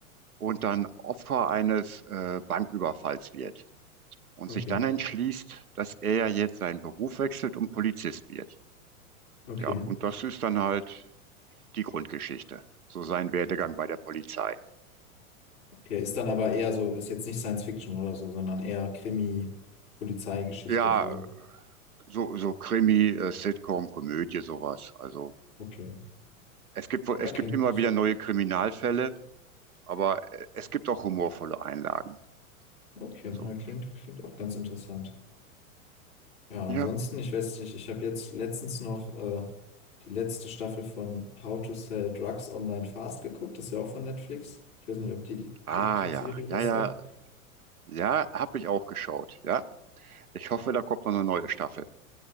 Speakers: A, on the right (about 85°); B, on the left (about 55°).
A: und dann Opfer eines, äh, Banküberfalls wird und
B: Okay,
A: sich dann entschließt, dass er jetzt seinen Beruf wechselt und Polizist wird.
B: okay.
A: Ja, und das ist dann halt die Grundgeschichte, so sein Werdegang bei der Polizei.
B: Okay, ist dann aber eher so, ist jetzt nicht Science Fiction oder so, sondern eher Krimi, Polizeigeschichte,
A: Ja,
B: so.
A: so, so Krimi, äh, Sitcom, Komödie, sowas. Also
B: Okay.
A: es gibt, wohl-
B: Ja,
A: es
B: klingt.
A: gibt immer wieder neue Kriminalfälle, aber äh, es gibt auch humorvolle Einlagen.
B: Okay,
A: Also,
B: ja, klingt, klingt auch ganz interessant. Ja,
A: ja,
B: ansonsten, ich weiß nicht, ich habe jetzt letztens noch äh, die letzte Staffel von How to Sell Drugs Online Fast geguckt. Das ist ja auch von Netflix. Ich weiß nicht, ob die,
A: ah
B: die, die
A: ja,
B: Serie
A: ja,
B: was
A: ja,
B: sagt.
A: ja, habe ich auch geschaut. Ja, ich hoffe, da kommt noch eine neue Staffel.